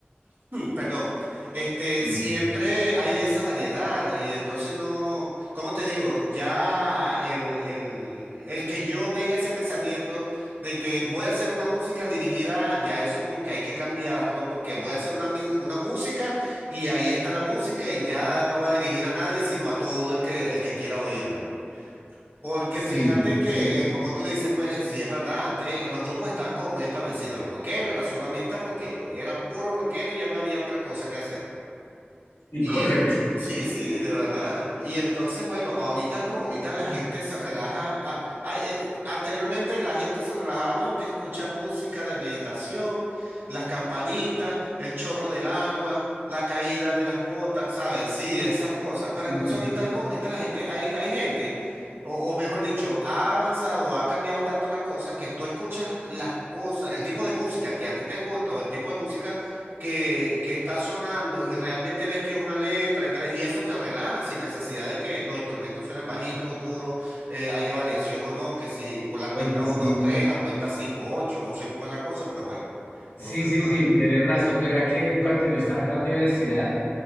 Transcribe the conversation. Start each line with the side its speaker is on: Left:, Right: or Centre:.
Right: <clears throat> perdón, este, siempre
Left: Mm.
Right: hay esa variedad y entonces no, ¿cómo te digo? Ya el, el, el que yo tenga ese pensamiento de que voy a hacer una música dirigida, ya eso como que hay que cambiarlo porque voy a hacer una, mi- una música y ahí está la música y ya no va a dirigir a nadie, sino a todo el que, el que quiera oírla. Porque
Left: Sí,
Right: fíjate que,
Left: sí,
Right: eh, como tú dices, pues sí es verdad, antes eh, los grupos estaban como muy establecidos. El rockero era solamente rockero y era puro rockero y ya no había otra cosa que hacer.
Left: sí,
Right: Y
Left: correcto.
Right: sí, sí, de verdad. Y entonces, bueno, ahorita no, ahorita la gente se relaja. a- a- eh, eh, anteriormente la gente se relajaba, no, que escucha música de meditación, las campanitas, el chorro del agua, la caída de las gotas, ¿sabes? Sí, esas cosas. Pero
Left: Sí,
Right: entonces
Left: sí.
Right: ahorita no, ahorita la gente, hay, hay gente, o, o mejor dicho, ha avanzado, ha cambiado tanto la cosa que tú escuchas las cosas, el tipo de música que a ti te gusta o el tipo de música que, que está sonando y realmente ves que es una letra y tal, y eso te relaja sin necesidad de que los instrumentos suenen bajitos, duros, eh, haya variación o no, que si con la cuenta
Left: Oye,
Right: uno
Left: sí,
Right: 3 la cuenta 5 8 no sé cómo es la cosa, pero bueno. Entonces,
Left: sí,
Right: <laughs>
Left: sí, sí, tienes razón. Mira que cuando yo estaba en la universidad,